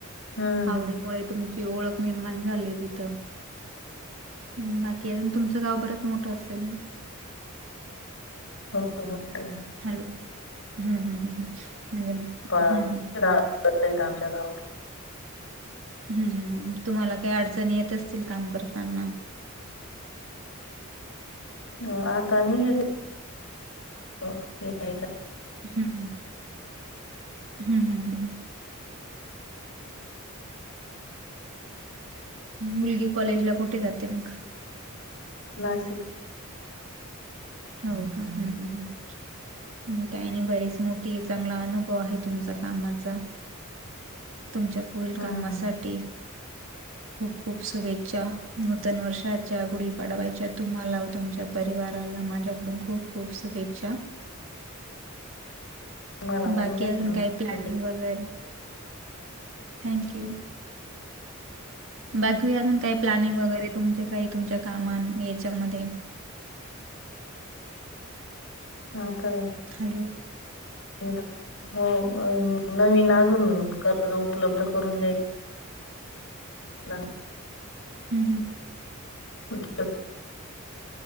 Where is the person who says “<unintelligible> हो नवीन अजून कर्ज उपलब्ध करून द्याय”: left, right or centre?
Left